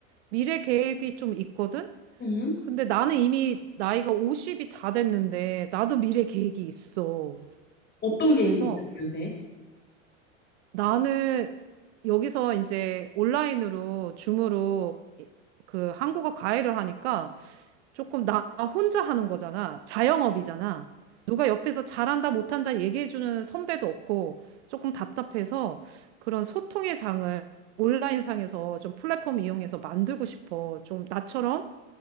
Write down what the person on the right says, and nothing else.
미래 계획이 좀 있거든?
근데 나는 이미 나이가 50이 다 됐는데, 나도 미래 계획이 있어.
그래서
나는 여기서 이제 온라인으로, 줌으로 그 한국어 과외를 하니까 조금 나 혼자 하는 거잖아. 자영업이잖아. 누가 옆에서 잘한다, 못한다 얘기해주는 선배도 없고, 조금 답답해서 그런 소통의 장을 온라인상에서 좀 플랫폼 이용해서 만들고 싶어. 좀 나처럼